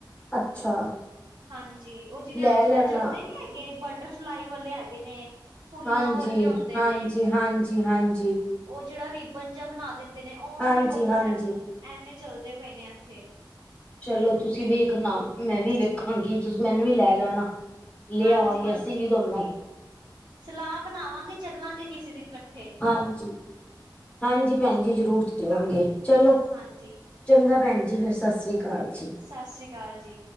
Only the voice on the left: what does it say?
ਅੱਛਾ।
ਲੈ
ਲੈਣਾ
ਹਾਂਜੀ,
ਹਾਂਜੀ
-ਹਾਂਜੀ -ਹਾਂਜੀ।
ਹਾਂਜੀ
ਹਾਂਜੀ
ਚਲੋ ਤੁਸੀਂ ਵੀ ਵੇਖਣਾ, ਮੈਂ ਵੀ ਵੇਖਾਂਗੀ ਤੁਸੀਂ ਮੈਨੂੰ ਵੀ ਲੈ ਜਾਣਾ। ਲੇ
ਆਵਾਂਗੇ, ਅਸੀਂ ਵੀ ਦੋਨੋਂ।
ਹਾਂਜੀ-ਹਾਂਜੀ ਭੈਣਜੀ ਜ਼ਰੂਰ ਚੱਲਾਂਗੇ ਚਲੋ।
ਚੰਗਾ ਭੈਣਜੀ ਫਿਰ ਸਾਸਰੀ ਕਾਲ ਜੀ।